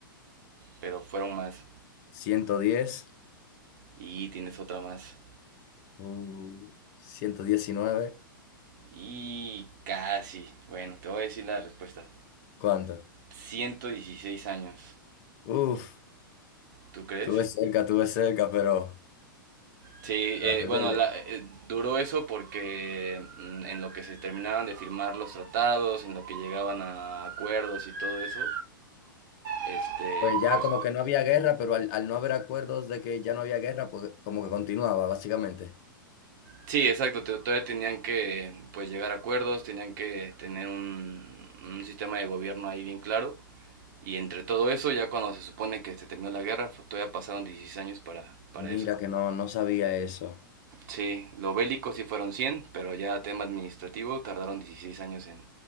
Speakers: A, on the right; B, on the left.
A: pero fueron más.
B: 110,
A: Y tienes otra más.
B: Uh, ciento diecinueve
A: Y casi. Bueno, te voy a decir la respuesta.
B: ¿cuánto?
A: 116 años.
B: Uf,
A: ¿Tú crees?
B: tuve cerca, tuve cerca, pero
A: Sí,
B: traté
A: eh, bueno,
B: de- de-
A: la- eh, duró eso porque mm, en lo que se terminaban de firmar los tratados, en lo que llegaban a acuerdos y todo eso, este,
B: pues ya
A: pues
B: como que no había guerra, pero al, al no haber acuerdos de que ya no había guerra, pues como que continuaba, básicamente.
A: sí, exacto, te- todavía tenían que pues llegar a acuerdos, tenían que tener un, un sistema de gobierno ahí bien claro. Y entre todo eso, ya cuando se supone que se terminó la guerra, fue- todavía pasaron 16 años para, para
B: Mira
A: eso.
B: que no, no sabía eso.
A: Sí, lo bélico sí fueron 100 pero ya tema administrativo tardaron 16 años en,